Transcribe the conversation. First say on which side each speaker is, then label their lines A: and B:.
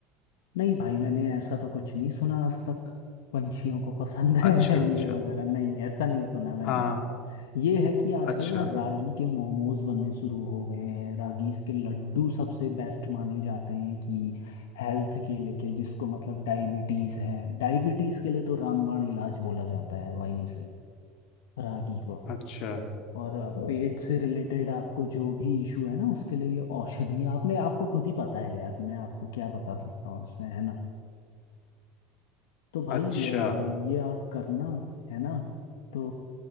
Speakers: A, on the left; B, on the left.
A: नहीं भाई मैंने ऐसा तो कुछ नहीं सुना आज तक पंछियों को पसंद है
B: अच्छा अच्छा
A: <laughs> ये वगैरह नहीं ऐसा नहीं सुना मैंने
B: हाँ
A: ये है कि आजकल
B: अच्छा
A: ना रागी के मोमोज बनने शुरू हो गए हैं रागी के लड्डू सबसे बेस्ट माने जाते हैं कि हेल्थ के लेके जिसको मतलब डायबिटीज है डायबिटीज के लिए तो रामबाण इलाज बोला जाता है वहीं से रागी को
B: अच्छा
A: और पेट से रिलेटेड आपको जो भी इशू है ना उसके लिए ये औषधि आपने आपको खुद ही पता है यार मैं आपको क्या बता सकता हूँ इसमें है ना तो भाई
B: अच्छा
A: आ, ये आप करना है ना तो